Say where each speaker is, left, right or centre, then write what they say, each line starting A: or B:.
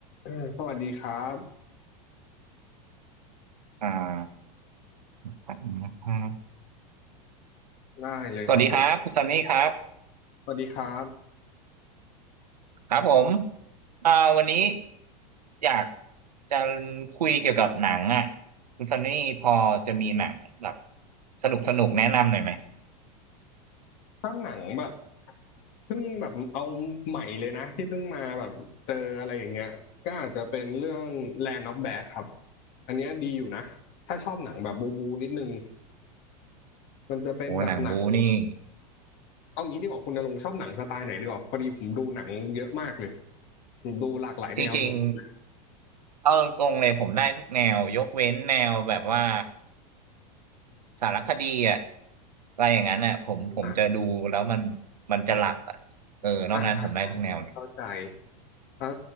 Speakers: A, on the left; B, on the right.
A: อ่าสวัสดีครับ
B: อ่าครับนงนะครับ
A: ได้เลยครับผม
B: สวัสดีครับคุณซันนี่ครับ
A: สวัสดีครับ
B: ครับผมอ่าวันนี้อยากจะคุยเกี่ยวกับหนังอ่ะคุณซันนี่พอจะมีหนังแบบสนุกสนุกแนะนำหน่อยไหม
A: ถ้าหนังแบบเพิ่งแบบเอาใหม่เลยนะที่เพิ่งมาแบบเจออะไรอย่างเงี้ยก็อาจจะเป็นเรื่อง Land of Bad ครับ อันเนี้ยดีอยู่นะ ถ้าชอบหนังแบบบูบูนิดนึงมันจะเป็นแบบหนัง
B: โอ้หนังบูนี่
A: เอางี้ดีกว่าคุณณรงค์ชอบหนังสไตล์ไหนดีกว่าพอดีผมดูหนังเยอะมากเลยผมดูหลากหลายแนวสุดๆเลย
B: จริงๆเอาตรงๆเลยผมได้ทุกแนวยกเว้นแนวแบบว่าสารคดีอ่ะอะไรอย่างนั้นอ่ะผมผมจะดูแล้วมัน
A: อ่
B: มันจะหลับอ่ะเออนอกนั้นผมได้ทุกแนวเลย
A: ะอ่ะเข้าใจ ถ้า